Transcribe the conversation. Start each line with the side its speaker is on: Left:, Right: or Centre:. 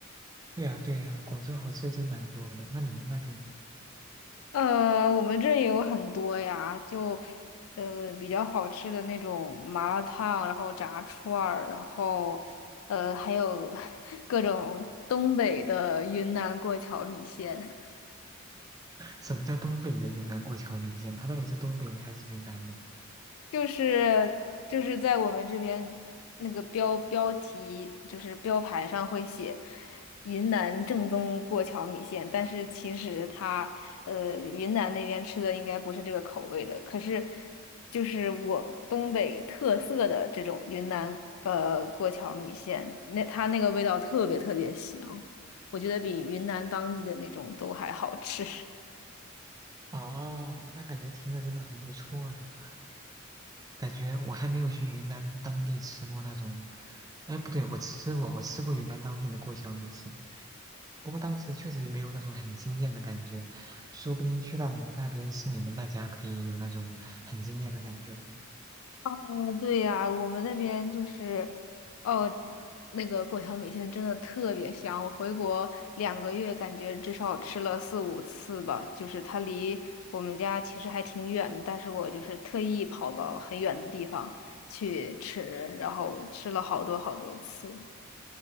Right: 对呀，对呀，广州好吃真蛮多的。那你们那边呢？
Left: 呃，我们这也有很多呀，就呃比较好吃的那种麻辣烫，然后炸串儿，然后呃还有 <laughs> 各种东北的云南过桥米线。
Right: 什么叫东北的云南过桥米线？它到底是东北的还是云南的？
Left: 就是就是在我们这边那个标标题就是标牌上会写云南正宗过桥米线，但是其实它呃云南那边吃的应该不是这个口味的，可是就是我东北特色的这种云南呃过桥米线，那它那个味道特别特别香，我觉得比云南当地的那种都还好吃。
Right: 哦，那感觉听着真的很不错呢。感觉我还没有去云南当地吃过那种，哎，不对，我吃过，我吃过云南当地的过桥米线，不过当时确实也没有那种很惊艳的感觉，说不定去到你们那边吃你们那家可以有那种很惊艳的感觉呢。
Left: 嗯，对呀，我们那边就是，哦，那个过桥米线真的特别香。我回国两个月，感觉至少吃了四五次吧。就是它离我们家其实还挺远但是我就是特意跑到很远的地方去吃，然后吃了好多好多次。